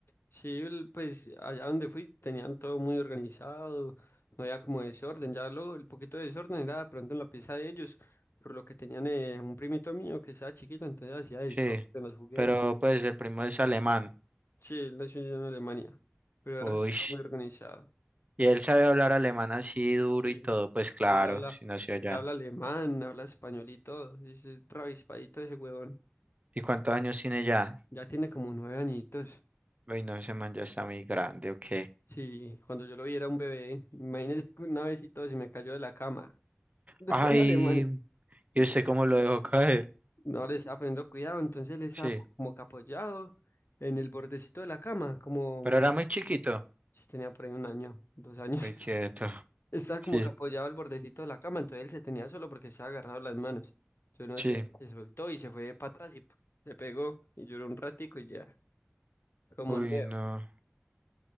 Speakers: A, on the left; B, on the right.
A: Sí, el- pues allá donde fui tenían todo muy organizado, no había como desorden, ya lo el poquito de desorden era de pronto en la pieza de ellos, por lo que tenían eh, un primito mío que estaba chiquito, entonces hacía eso,
B: Sí.
A: de los juguetes.
B: Pero pues el primo es alemán.
A: Sí, él nació en Alemania, pero el
B: Uy.
A: resto todo muy organizado.
B: Y él sabe hablar alemán así duro
A: Y
B: y todo, pues claro,
A: él habla,
B: si nació allá.
A: él habla alemán, habla español y todo, es, es ravispadito ese huevón,
B: ¿Y cuántos años tiene ya?
A: ya tiene como nueve añitos.
B: Uy, no, ese man ya está muy grande, ok.
A: Sí, cuando yo lo vi era un bebé. Imagínese que una vez y todo se me cayó de la cama. <laughs> Eso
B: Ay,
A: en Alemania. Y
B: yo
A: se
B: sé
A: ca-
B: cómo lo dejó caer?
A: no le estaba poniendo cuidado, entonces él estaba
B: Sí,
A: po- como que apoyado en el bordecito de la cama, como
B: pero era muy chiquito.
A: si tenía por ahí un año, dos años.
B: Uy,
A: <laughs>
B: quieto.
A: Estaba
B: Sí,
A: como que apoyado al bordecito de la cama, entonces él se tenía solo porque estaba agarrado las manos. Yo no
B: sí.
A: sé, se soltó y se fue para atrás y p- se pegó y lloró un ratico y ya, como
B: Uy,
A: nuevo.
B: no.